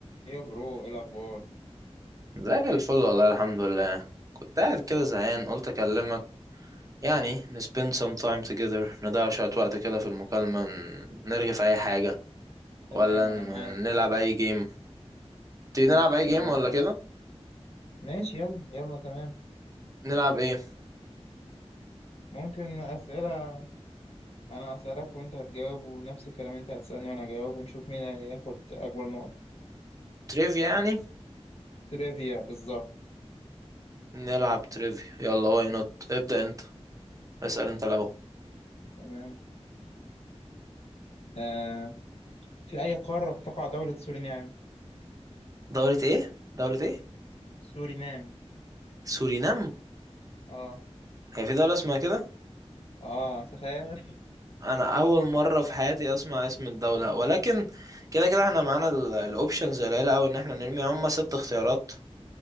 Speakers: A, on the left; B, on the right.
A: ايه يا برو ايه الاخبار
B: زي الفل والله الحمد لله كنت قاعد كده زهقان قلت اكلمك يعني ن spend some time together نضيع شوية وقت كده في المكالمة ن- نرغي في اي حاجة
A: تمام
B: ولا ن-
A: انا معاك
B: نلعب اي جيم تيجي
A: ماشي
B: نلعب اي
A: تمام
B: جيم ولا كده
A: ماشي يلا يلا تمام
B: نلعب ايه
A: ممكن اسئله انا هسالك وانت هتجاوب ونفس الكلام انت هتسالني وانا هجاوب ونشوف مين هياخد اكبر نقط
B: تريفيا يعني
A: تريفيا بالظبط
B: نلعب تريفيا يلا واي نوت ابدأ انت اسأل انت الاول
A: تمام آه في اي قاره تقع دوله سورينام
B: دولة ايه دولة ايه
A: سورينام
B: سورينام
A: اه
B: هي في دولة اسمها كده
A: اه تخيل
B: انا اول مرة في حياتي اسمع اسم الدولة ولكن كده كده احنا معانا الاوبشنز قليله قوي ان احنا نرمي هم ست اختيارات